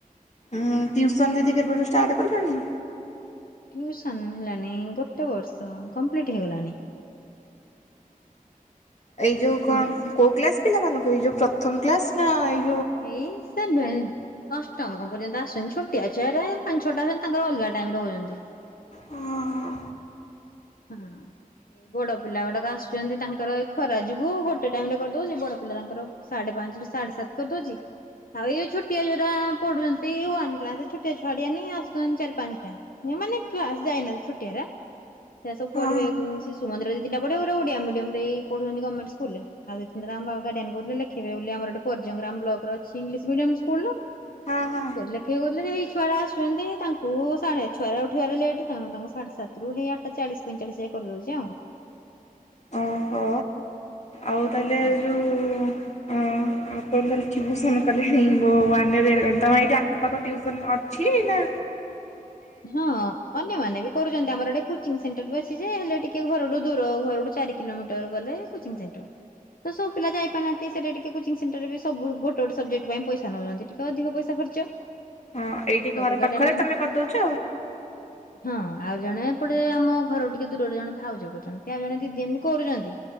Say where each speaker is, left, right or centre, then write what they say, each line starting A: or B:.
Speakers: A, on the left (about 50°); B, on the left (about 80°).
A: ଟଟି୍ୟୁସନ ଦଦି କେପଟ ଷ୍ଟାର୍ଟ କରିିଲଣି।
B: ଟିଉସନ ହେଲାଣି ଗୋଟେ ବର୍ଷ କମ୍ପ୍ଲିଟ ହେଇଗଲାଣି
A: ଏଇ ଯେଉ କଣ
B: ହୁଁ।
A: କୋ କ୍ଲାସ୍ ପିଲାମାନଙ୍କୁ ଏଇ ଯୋଉ ପ୍ରଥମ କ୍ଲାସ ନା ଏ <inaudible>
B: ଏଇ ସବ ଭ <inaudible> ଅଷ୍ଟମ ପର୍ଯ୍ୟନ୍ତ ଆସୁଛନ୍ତିି ଛୋଟିଆ ଆଛରେ ପାଞ୍ଚ ଛୋଟ ଆସୁଛନ୍ତି ତାଙ୍କର ଅଲଗା ଟାଇମ ରେ ହଉଛନ୍ତି
A: ହଁ
B: ହଁ ଏ ବଡ ପିଲା ଗୁଡାକ ଆସୁଛନ୍ତି ତାଙ୍କର ଏଇ ଖରା ଯୋଗୁ ଗୋଟେ ଟାଇମ ରେ କରିଦଉଛି ବଡ ପିଲା ତାଙ୍କର ସାଢେ ପାଞ୍ଚ ରୁ ସାଢେ ସାତ କରିଦଉଛି ଆଉ ଏଇଉ ଛୋଟିଆ ଯୋଉଟା ପଢୁଛନ୍ତି କ ଛୋଟିଆ ଛଡିଆ ଆସୁଛନ୍ତି ଚାରି ପାଞ୍ଚଟା ମାନେ କ୍ସ ଯାଇନାହାନ୍ତି ଛୁଟିଆ ସେ ସବୁଢେ
A: ହଁ
B: ଶିୁନ୍ଦର ଦ ଟ ପଢ ଓଡିଆଡିୟମରେ ପଢଛନ୍ତି ଗର୍ଣ୍ମଣ୍ ସ୍କୁ ରେ ଆଉ ଦି ଟାଙ୍କ ବା ଗ କରୁଥିଲେ ଲେଖେ ବୋଲି ଆମରେର୍ଯ୍ୟଗ୍ରାମ ବ୍ଲକ ଅ ଇଂଶ ମିଡିମ ସ୍କୁଲ
A: ହଁ ହଁ
B: ସେ ଲେଖିଆ କରଲେ ଯେଇ ଛୁଆରେ ଆୁଛନ୍ତି ତାଙ୍କୁ ସାଢେ ଛଆରେ ଉଠିବାରେ ଲେଟ୍ ତେଣୁ ତାଙ୍କୁ ସାଢେ ସାତରୁ ହେଇଆ ଏଟା ଚାଳିଶ ପଇଁଚାଳିଶ ଏ କରିଦଉଛି ଆଉ
A: ଓହୋ ଆଉ ତାହେଲେ
B: ହୁଁ,
A: ଏ ଯୋଉ ଅଁ ଆପଣ ତାଲେ ଟିଉସନ କଲେଣି ଓ ୱାନ ଇଅର୍ ହେଇଗଲାଣି ତମ ଏଇଠି ଆଖପାଖ ଟିଉସନ ଅଛି ନାଁ
B: ହଁ ଅନ୍ୟମାନେ ବି କରୁ ଚନ୍ତ ଆମର ଏଠି କୋଚିଙ୍ଗ ସେଣ୍ଟର ବି ଅଛି ଯେ ହେଲେ ଟିକେ ଘରୁରୁ ଦୂର ଘରୁଟୁ ଚାରି କିଲୋମିଟର ଗଲେ କୋଚିଙ୍ଗ ସେଣ୍ଟର ତ ସବୁ ପିଲା ଯାଇପାରନାହାନ୍ତି ସେଟା ଟିକେ କୋଚିଙ୍ଗ ସେଣ୍ଟରରେ ବି ସବୁ ଗୋଟେ ଗୋଟେ ସେବଜେକ୍ଟ ପାଇଁ ପଇସା ନୋଉଚନ୍ତି ଟିକେ ଅଧିକ ପଇସା ଖର୍ଚ୍ଚ।
A: ହଁ ଏଇଠି ଘର
B: ସବୁ ଗାର୍ଡିଆନ
A: ପାଖରେ
B: ମାନେ
A: ତମେ କରିଦୋଉଚ।
B: ହଁ ଆଉ ଜଣେ ପଟେ ଆମ ଘରରୁ ଟିକେ ଦୂରରେ ଜଣେ ଭାଉଜ କରୁଚନ୍ତି। ଆଉ ଜଣେ ଦିଦି ଏମତି କରୁଚନ୍ତି।